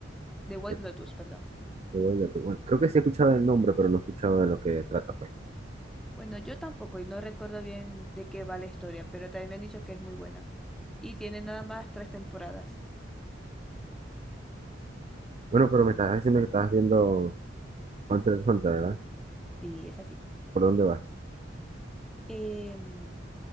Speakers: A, in the centre; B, on the right.
A: de White
B: Te-
A: Lotus, perdón.
B: te voy a- bueno, creo que sí he escuchado el nombre, pero no he escuchado de lo que trata, pues.
A: Bueno, yo tampoco y no recuerdo bien de qué va la historia, pero también me han dicho que es muy buena. Y tiene nada más tres temporadas.
B: Bueno, pero
A: Mm,
B: me estás diciendo que estabas viendo Hunter x Hunter, ¿verdad?
A: Sí, es así.
B: ¿Por dónde vas?
A: Em,